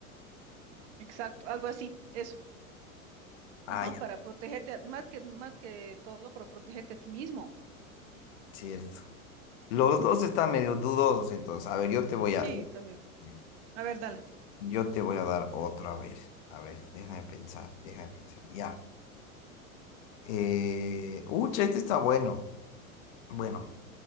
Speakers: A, on the right (about 55°); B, on the left (about 55°).
A: Exacto, algo así, eso.
B: Ah,
A: No,
B: ya,
A: para protegerte, a- más que, más que todo, para protegerte a ti mismo.
B: cierto. Los dos están medio dudosos, entonces. A ver, yo te voy
A: Sí,
B: a, yo,
A: Está bien.
B: eh,
A: A ver, dale.
B: yo te voy a dar otro, a ver. A ver, deja de pensar, deja de pensar. Ya. Eh, ucha, este está bueno. Bueno,